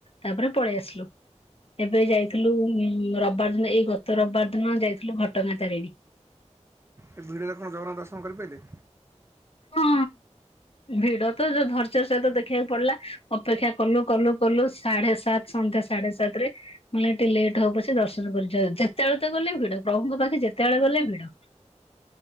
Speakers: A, on the left (about 50°); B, on the right (about 20°).
A: ତାପରେ ପଳେଇ ଆସିଲୁ, ଏବେ ଯାଇଥିଲୁ ରବ ରବିବାର ଦିନ ଏଇ ଗତ ରବିବାର ଦିନ ଯାଇଥିଲୁ ଘଟଗାଁ ତାରିଣୀ।
B: ଏ ଭିଡ଼ରେ କଣ ଜଗନ୍ନାଥ ଦର୍ଶନ କରିପାଇଲେ?
A: ହଁ। ଭିଡ ତ ଯୋଉ ଧର୍ଯ୍ୟ ସହିତ ଦେଖିବାକୁ ପଡିଲା, ଅପେକ୍ଷା କଲୁ କଲୁ କଲୁ ସାଢେ ସାତ ସନ୍ଧ୍ୟା ସାଢେ ସାତରେ ମାନେ ଏ ଟିକେ ଲେଟ୍ ହବ ପଛ ଦର୍ଶନ, <unintelligible> ଯେତେବେଳେ ତ ଗଲେ ଭିଡ ପ୍ରଭୁଙ୍କ ପାଖେ ଯେତେବେଳେ ଗଲେ ଭିଡ।